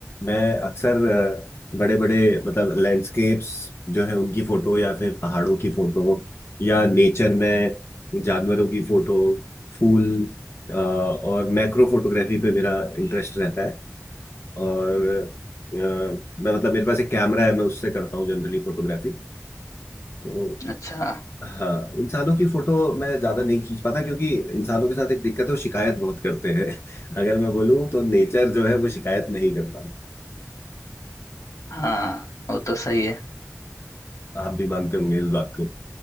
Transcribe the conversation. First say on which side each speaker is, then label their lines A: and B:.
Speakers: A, on the left; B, on the left.
A: मैं अक्सर बड़े बड़े मतलब लैंडस्केप्स जो है उनकी फोटो या फिर पहाड़ों की फोटो या नेचर में जानवरों की फोटो फूल अ, और मैक्रो फोटोग्राफी पे मेरा इंटरेस्ट रहता है और अ, मैं मतलब मेरे पास एक कैमरा है मैं उससे करता हूँ जनरली फोटोग्राफी तो
B: अच्छा
A: हाँ इंसानों की फोटो मैं ज्यादा नहीं खींच पाता क्योंकि इंसानों के साथ एक दिक्कत है वो शिकायत बहुत करते हैं <laughs> अगर मैं बोलूँ तो नेचर जो है वो शिकायत नहीं कर पाती
B: हाँ वो तो सही है
A: आप भी मानते होंगे इस बात को